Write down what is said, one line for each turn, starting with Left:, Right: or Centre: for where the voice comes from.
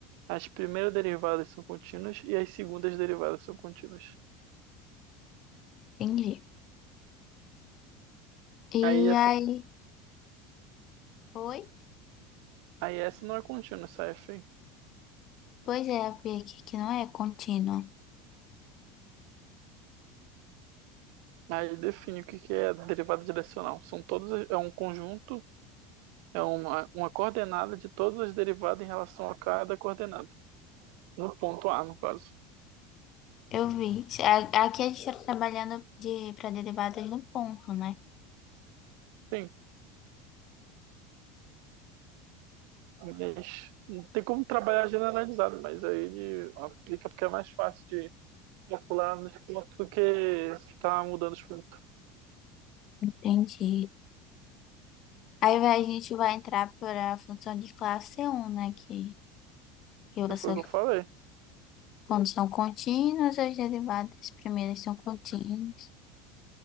Right: as primeiras derivadas são contínuas e as segundas derivadas são contínuas.
Left: Entendi.
Right: Aí
Left: E
Right: essa,
Left: aí, oi?
Right: aí essa não é contínua, essa f aí.
Left: Pois é, eu vi aqui que não é contínua.
Right: Aí define o que que é a derivada direcional. São todos é um conjunto, é uma, uma coordenada de todas as derivadas em relação a cada coordenada. No ponto A, no caso.
Left: Eu vi. A- Aqui a gente está trabalhando de, para derivadas no ponto, né?
Right: Sim, mas não tem como trabalhar generalizado, mas aí ele aplica porque é mais fácil de calcular nos pontos do que ficar mudando os pontos,
Left: Entendi. Aí vai- a gente vai entrar para a função de classe c um né? Que, que eu
Right: que foi
Left: sou
Right: o que eu falei.
Left: Quando são contínuas, as derivadas primeiras são contínuas.